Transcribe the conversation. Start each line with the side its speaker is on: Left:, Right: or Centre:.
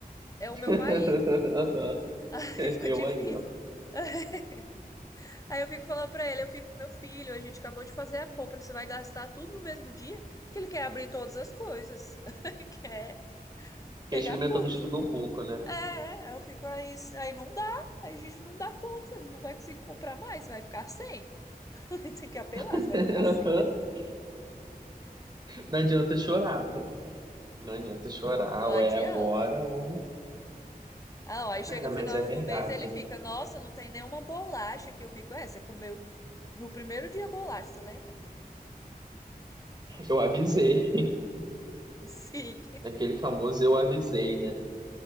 Left: É o
Right: <laughs>
Left: meu marido. <laughs> Aí fica
Right: Eu
Left: difícil.
Right: aí, ó.
Left: <laughs> Aí eu fico falando pra ele, eu fico, meu filho, a gente acabou de fazer a compra, você vai gastar tudo no mesmo dia? Que ele quer abrir todas as coisas. <laughs> quer
Right: Fiquei
Left: pegar
Right: experimentando
Left: tudo
Right: de
Left: já.
Right: tudo um pouco, né?
Left: É, é, aí eu fico, aí, aí não dá, aí a gente não dá conta, não vai conseguir comprar mais, você vai ficar sem. <laughs> Tem que apelar,
Right: <laughs>
Left: você vai ficar sem depois.
Right: Não adianta chorar. Não adianta chorar,
Left: Não
Right: ou
Left: adianta.
Right: é agora, ou.
Left: Ah, ó, aí
Right: Cara,
Left: chega o
Right: mas
Left: final
Right: é verdade.
Left: do mês e ele fica, nossa, não tem nenhuma bolacha que eu fico. É, você comeu no primeiro dia bolacha, você lembra?
Right: Eu avisei.
Left: <laughs> Sim.
Right: <laughs> Aquele famoso eu avisei, né?